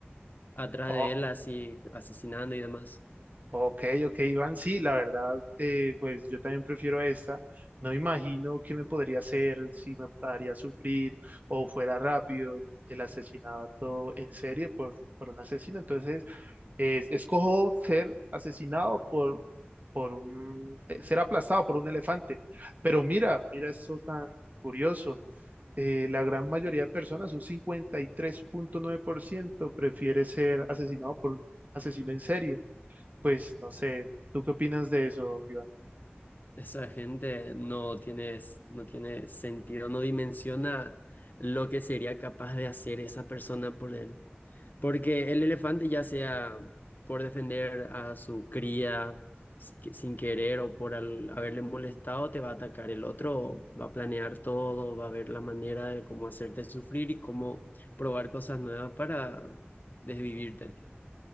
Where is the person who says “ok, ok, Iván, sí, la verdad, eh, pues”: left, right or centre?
Right